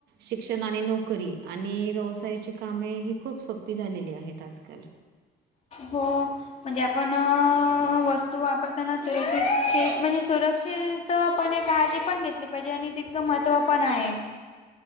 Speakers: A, on the right; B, on the left.
A: शिक्षण आणि नोकरी आणि व्यवसायाची कामे ही खूप सोपी झालेली आहेत आजकाल
B: हो म्हणजे आपण वस्तू वापरताना सुरक्ष म्हणजे सुरक्षित त पण एक काळजी पण घेतली पाहिजे आणि तितकं महत्त्व पण आहे